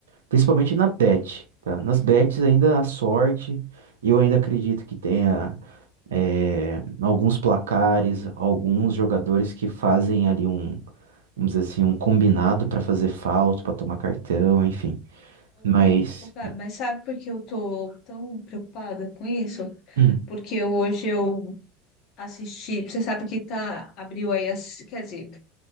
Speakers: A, on the right; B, on the left.
A: principalmente na bet, tá? Nas bets ainda há sorte, e eu ainda acredito que tenha é, alguns placares, alguns jogadores que fazem ali um, vamos dizer assim, um combinado para fazer falta, para tomar cartão, enfim.
B: Ô,
A: Mas
B: ô, Gabi, mas sabe por que eu tô tão preocupada com isso?
A: Hum.
B: Porque hoje eu assisti, você sabe que tá, abriu aí, as, quer dizer,